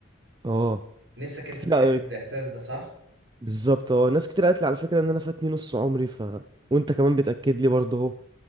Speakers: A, on the right; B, on the right.
A: اه
B: نفسك انت
A: كتير
B: تحس
A: قوي
B: بالاحساس ده صح
A: بالظبط اه ناس كتير قالت لي على فكرة ان انا فاتني نص عمري ف وانت كمان بتأكد لي برضو اهو